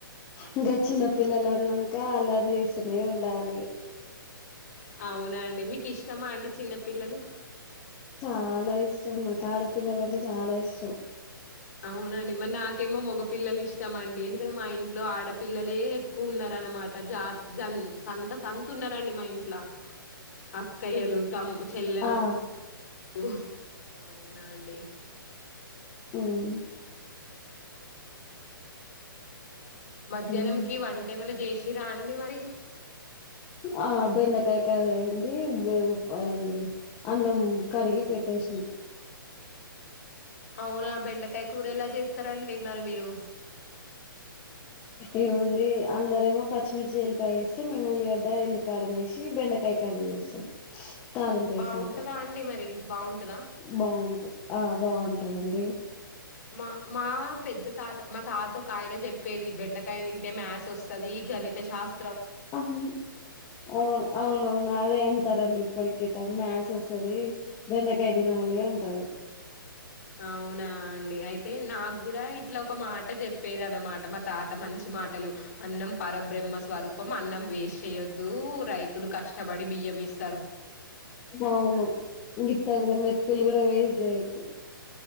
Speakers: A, on the left; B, on the left.
A: ఇంకా చిన్న పిల్లలు అన్నాక అల్లరి చేస్తూనే ఉండాలి
B: అవునా అండి మీకు ఇష్టమా అండి చిన్న పిల్లలు
A: చాలా ఇష్టం మా కాడపిల్లల అంటే చాలా ఇష్టం
B: అవునండి మరి నాకేమో మగ పపిల్లలు ఇష్టంమండి ఎందు ఇక్కడ మా ఇంట్లో ఆడపిల్లలే ఎక్కువ ఉన్నా వనమా ప్రజాత జల్ సంత సంత న్నారండి మా ఇంట్లో అక్కయ్యలు తము చెల్లెలు
A: ఆ
B: హ అవునా అండి
A: హమ్
B: మధ్యాహ్నం
A: ఉమ్
B: కి వంటే మన చేసిరా అనివారి
A: ఆ బెండకాయకార అయింది అయింది అన్నం కడిగి పెట్టేసినాం
B: అవునా బెండకాయ కూర ఇలా చేస్తారంండి మరి మీరు
A: ఏముంది అందరేమో పచ్చిమిర్చి ఏల్లిపాయ వేస్తే, మేము ఉల్లిగడ్డ ఎండు కారం వేసి బెండకాయ కర్రీ చేస్తాం తాళంపు ఏసాక
B: బాగుంటదా అండి మరి బాగుంటదా
A: బాగుంట ఆ బాగుంటదండి
B: మా మా పెద్ద తాత, మా తాత ఒక ఆయన చెప్పేది బెండకాయ తింటే మ్యాథ్ వస్తుది గణిత శాస్
A: అవును అవును అవునవును అదే అంటారండి ఇప్పటికే మ్యాస్ వస్తది బెండకాయ తినాలి అంటారు
B: అవునా అండి అయితే నాకు కూడా ఇట్లా ఒక మాట అట చెప్పేది అన్నమాట మా తాత మంచి మాటలు అన్నం పరబ్రహ్మ స్వరూపం అన్నం వేస్ట్ చేయొద్దు రైతులు కష్టం తబీ బియ్యం ఏస్
A: అవును గిత్తా కూడ మెతుకుల్ కూడ వేస్ అయితే